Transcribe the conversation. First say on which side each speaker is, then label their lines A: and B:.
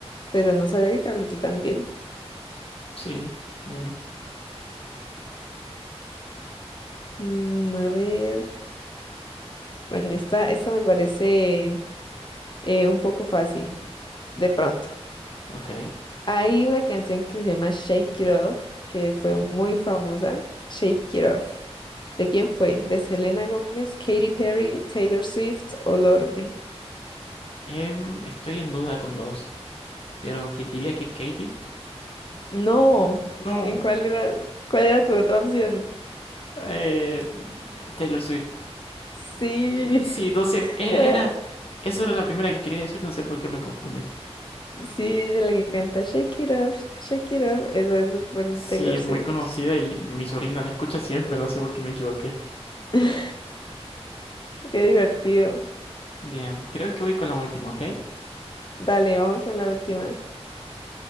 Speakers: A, on the left; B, on the left.
A: pero no sabía que Karol G también.
B: Sí, bien,
A: Mm, a ver, bueno, esta, esta me parece eh, un poco fácil, de pronto.
B: ok.
A: Hay una canción que se llama Shake It Off, que fue muy famosa. Shake It Off. ¿De quién fue? ¿De Selena Gómez, Katy Perry, Taylor Swift o Lorde?
B: Em, estoy en duda con dos, pero que diría que Katie.
A: No,
B: No,
A: ¿en cuál era, cuál era tu otra opción?
B: eh, Taylor Swift.
A: Sí,
B: Sí, no sé, e-
A: <laughs> era,
B: era, eso era la primera que quería decir, no sé por qué me confundí.
A: sí, ella es la que canta Shake It Up, Sh- Shake It Up, esa es súper de
B: Sí,
A: Taylor
B: es
A: Swift.
B: muy conocida y mi sobrina la escucha siempre, no sé por qué me equivoqué.
A: <laughs> Qué divertido.
B: Bien, creo que voy con la última, ¿ok?
A: Dale, vamos con la última.